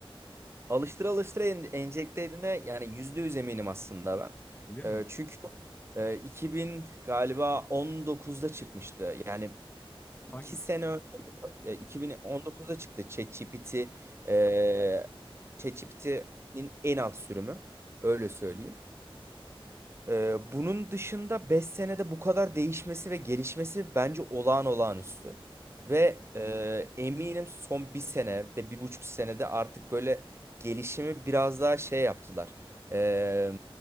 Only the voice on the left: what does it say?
Öyle mi?
Hangisi?
Şey
mi?
Aha,
İlk
an
Hmm.